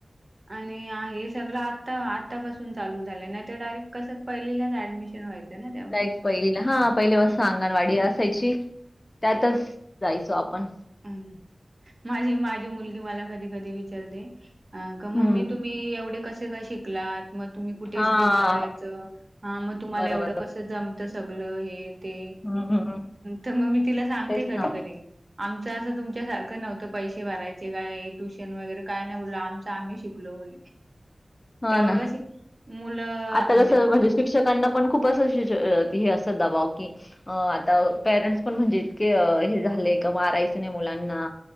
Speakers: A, on the right; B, on the left.
A: आणि हे सगळं आता आत्तापासून चालू झालं नाही ते डायरेक्ट कसं पहिलीलाच ऍडमिशन व्हायचं. ना तेव्हा.
B: डायरेक्ट पहिलीला हा पहिलीपासून
A: हम्म.
B: अंगणवाडी असायची त्यातच- जायचो आपण.
A: हम माझी, माझी मुलगी मला कधी, कधी विचारते. अ का मम्मी
B: हं,
A: तुम्ही एवढे कसे? काय शिकलात मग तुम्ही कुठे?
B: हां,
A: स्कूलला जायचं. ह मग तुम्हाला
B: बरोबर.
A: एवढं कसं जम सगळ हे ते
B: हं, हं, हं,
A: तर मग मी तिला सांगते
B: तेच
A: कधी
B: ना.
A: कधी. आमचं असं तुमच्यासारखं नव्हतं पैसे भरायच. का ट्युशन वगैरे काय नाही बोल आमच आम्ही शिकलो बोल.
B: हो
A: तेव्हा
B: ना.
A: कशी मुलं
B: आता
A: म्हणजे.
B: कसं शिक्षकांना पण खूप अस श हे असतं दबाव. अ आता पेरेंट्स पण म्हणजे इतके हे झाले का मारायचं नाही मुलांना.